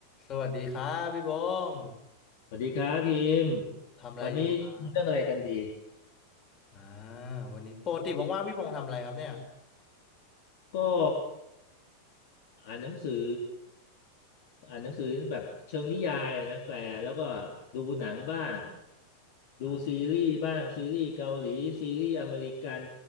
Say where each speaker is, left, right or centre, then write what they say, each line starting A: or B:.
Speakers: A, on the left; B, on the left.
A: สวัสดีครับพี่บงษ์
B: สวัสดีครับพิมพ์
A: ทำอะไรอยู่ครับ
B: วันนี้มีเรื่องอะไรกันดี
A: อ่าวันนี้ปกติว่างๆพี่บงษ์ทำอะไรครับเนี่ย
B: ก็อ่านหนังสืออ่านหนังสือแบบเชิงนิยายอะนะแปลแล้วก็ดูหนังบ้างดูซีรีส์บ้างซีรีส์เกาหลีซีรีส์อเมริกัน
A: อ่า